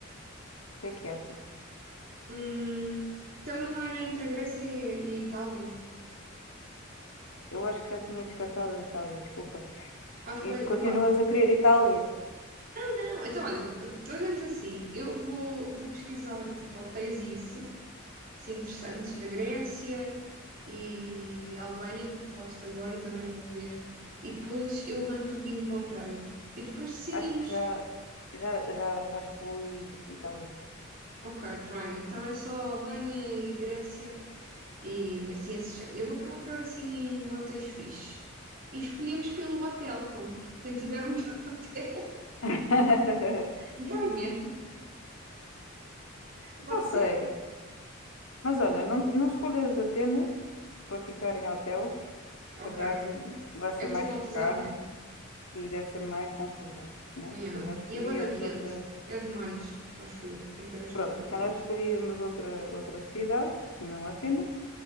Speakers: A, on the left; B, on the right.
A: que é que achas?
B: Hum, então, mas não era entre a Grécia e, e a Itália?
A: Eu acho que já tinha descartado a Itália, desculpa.
B: Ah, foi,
A: E continuas
B: opa.
A: a querer Itália?
B: Não, então olha, fazemos assim, eu vou, vou pesquisar tipo hotéis e isso. assim, interessantes na Grécia e a Albânia, que tu falaste agora, também vou ver. E depois eu mando-te o que encontrei. E depois decidimos.
A: Acho que já, já, já, já excluí Itália.
B: Ok, Brian, então é só Albânia e Grécia e assim esse género. Eu vou procurar assim hotéis fixes. E escolhemos pelo hotel, pronto. Quem tiver um <laughs> hotel
A: <laughs>
B: ganha. Pode
A: Não sei.
B: ser?
A: Mas olha, não, não escolhas Atenas para ficar em hotel. Se
B: Ok.
A: calhar hum, vai ser
B: É muita
A: mais
B: confusão,
A: caro
B: né?
A: e deve ser mais confusão, né?
B: Yeah.
A: Se calhar escolhias
B: E a bada quente.
A: outra...
B: É demais, acho eu, em termos de
A: Pronto,
B: temperatura.
A: se calhar escolhíamos outra, outra cidade, que não Atenas,